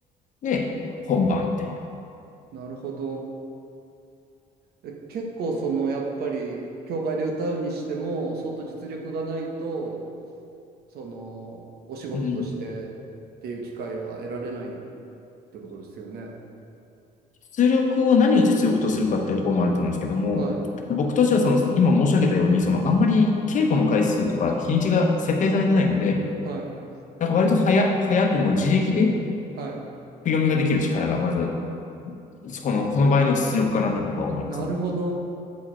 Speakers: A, on the left; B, on the right.
A: で、本番みたい
B: なるほど。え、結構その、やっぱり、教会で歌うにしても、相当実力がないと、その、お仕事としてっていう機会は得られないっ
A: な。うん、
B: てことですよね。
A: 実力を何を実力とするかっていうところもあると思うんですけども、
B: はい、
A: 僕としてはその、今申し上げたように、その、あんまり稽古の回数とか日にちが設定されてないので、
B: はい。
A: なんか割と早、早くも自力で振り
B: はい
A: 読みができる力がまず、この、この場合の実力かなって僕は思いますね。
B: なるほど。